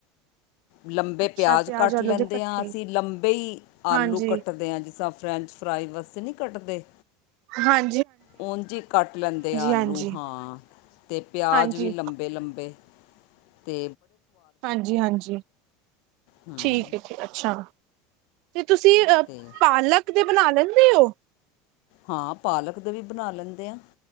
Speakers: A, on the left (about 65°); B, on the right (about 60°).
A: ਲੰਬੇ
B: ਅੱਛਾ
A: ਪਿਆਜ਼
B: ਪਿਆਜ
A: ਕੱਟ
B: ਆਲੂ
A: ਲੈਂਦੇ
B: ਦੇ ਇਕੱਠੇ
A: ਆ ਅਸੀਂ ਲੰਬੇ ਈ ਆਲੂ
B: ਹਾਂਜੀ,
A: ਕੱਟਦੇ ਆ ਜਿਸ ਤਰ੍ਹਾਂ ਫਰੈਂਚ ਫਰਾਈ ਵਸ ਤੇ ਨੀ ਕੱਟਦੇ
B: ਹਾਂ
A: ਉਝ ਈ ਕੱਟ ਲੈਂਦੇ ਆਲੂ
B: ਹਾਂਜੀ,
A: ਹਾਂ ਤੇ ਪਿਆਜ
B: ਹਾਂਜੀ,
A: ਵੀ ਲੰਬੇ-ਲੰਬੇ। ਤੇ
B: ਹਾਂਜੀ ਹਾਂਜੀ,
A: ਹੂੰ
B: ਠੀਕ ਹੈ‌ ਏ ਅੱਛਾ। ਤੇ ਤੁਸੀਂ
A: ਅਤੇ
B: ਅ ਪਾਲਕ ਦੇ ਬਣਾ ਲੈਦੇ? ਓ
A: ਹਾਂ ਪਾਲਕ ਦੇ ਵੀ ਬਣਾ ਲੈਂਦੇ ਆ।